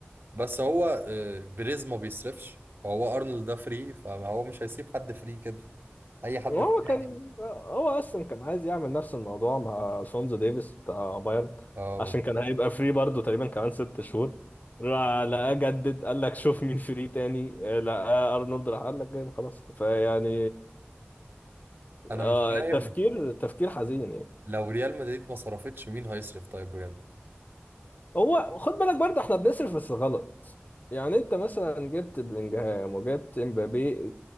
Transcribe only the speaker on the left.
وهو
كان هو اصلا كان عايز يعمل نفس الموضوع مع شونزو ديفيس بتاع بايرن
عشان
كان هيبقى فري برضه تقريبا كمان ست شهور راح لقاه جدد قال لك شوف مين فري تاني لقاه ارنولد راح قال لك جايبه خلاص فيعني
آه
تفكير تفكير حزين يعني
هو خد بالك برضه احنا بنصرف بس غلط يعني انت مثلا جبت بلينجهام وجبت امبابي